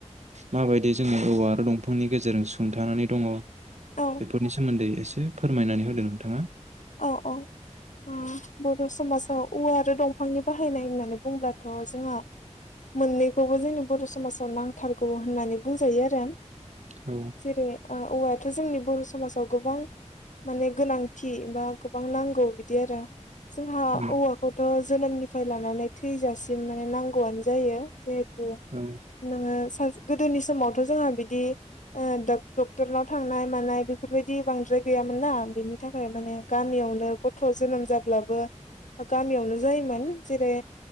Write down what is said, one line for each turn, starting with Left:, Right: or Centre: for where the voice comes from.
Right: माबायदि जोंङो औवा आरो दंफांनि गेजेरजों सुंथानानै दंङ।
Left: औ
Right: बेफोरनि सोमोन्दै एसे फोरमायनानै होदो नोंथांङा।
Left: औ औ उम बर' समाजाव औवा आरो दंफांनि बाहायनाय होननानै बुंब्लाथ' जोंहा मोननैखौबो जोंनि बर' समाजाव नांगौ। थारगौ होननानै बुंजायो आरो आं
Right: औ
Left: जेरै ओ औवायाथ' जोंनि बर' समाजाव गोबां माने गोनांथि। बा गोबां नांगौ बिदि आरो जोंहा
Right: उम
Left: औवाखौथ' जोनोमनिफ्राय लानानै थैजासिम बि माने नांगौआनो जायो जिहेथु
Right: औ
Left: नोंङो गोदोनि समावथ' जोंहा बिदि ओ डक डक्टरनाव थांनाय मानाय बेफोर बायदि बांद्राय गैयामोन ना बेनि थाखाय माने। गामियावनो गथ' जोनोम जाब्लाबो गामियावनो जायोमोन जेरै